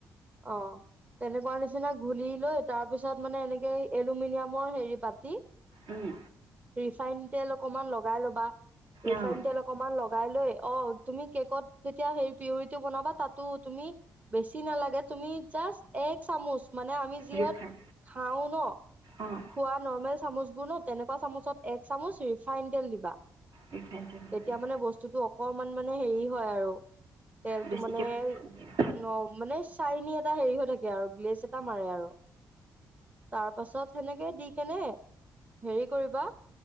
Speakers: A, on the right; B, on the right.
A: অ তেনেকুৱা নিচিনা ঘুলি লৈ তাৰ পিছত মানে এনেকে এলুমিনিয়ামৰ হেৰি পাতি
B: উম,
A: ৰিফাইন তেল অকনমান লগাই ল'বা। ৰিফাইন
B: অ',
A: তেল অকনমান লগাই লৈ অ তুমি কেকত যেতিয়া সেই পিউৰিটো বনাবা তাতো তুমি বেছি নালাগে তুমি জাষ্ট এক চামুচ মানে আমি যিহত
B: ৰিফাইন
A: খাও ন
B: অ',
A: খোৱা নৰ্মেল চামুচ বোৰ ন তেনেকুৱা চামুচত এক চামুচ ৰিফাইন তেল দিবা।
B: ৰিফাইন তেল দি
A: তেতিয়া
B: দিম,
A: মানে বস্তুটো অকণমান মানে হেৰি হয়। আৰু তেলটো
B: বেছিকে
A: মানে ন মানে চাইনি এটা হেৰি হৈ থাকে। আৰু গ্লেছ এটা মাৰে আৰু। তাৰ পাছত সেনেকে দি কেনে হেৰি কৰিবা।